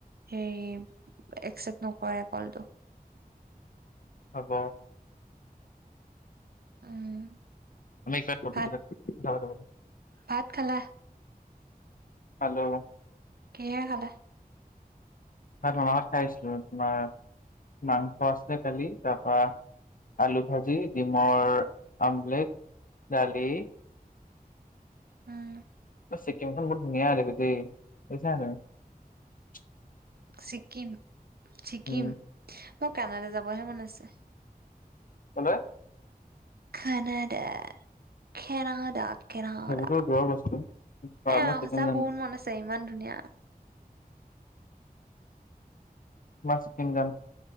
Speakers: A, on the right; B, on the left.
A: হে একচেপ্ট নকৰে কলটো।
B: হ'ব।
A: উম।
B: আমি <unintelligible>
A: ভাত
B: যাব যাব।
A: ভাত খালা?
B: খালো।
A: কিহেৰে খালা?
B: ভাত ম ভাত খাইছিলো তোমাৰ মাংস আছিলে খালি তাৰপা আলু ভাজি ডিমৰ আমলেট দালি
A: উম।
B: ছিকিমখন বহুত ধুনীয়া আৰু বি দে গৈছানে তুমি।
A: ছিকিম ছিকিম
B: উম
A: মোৰ কানাডা যাবহে মন আছে।
B: কলৈ?
A: খনদা খেনাদা। কানাডা
B: সেইবোৰতো দূৰৰ বস্তু বা
A: এ
B: মই ছিকিম
A: সঁচা
B: যাম
A: বহুত মন আছে ইমান ধুনীয়া। <inaudible>
B: মই ছিকিম যাম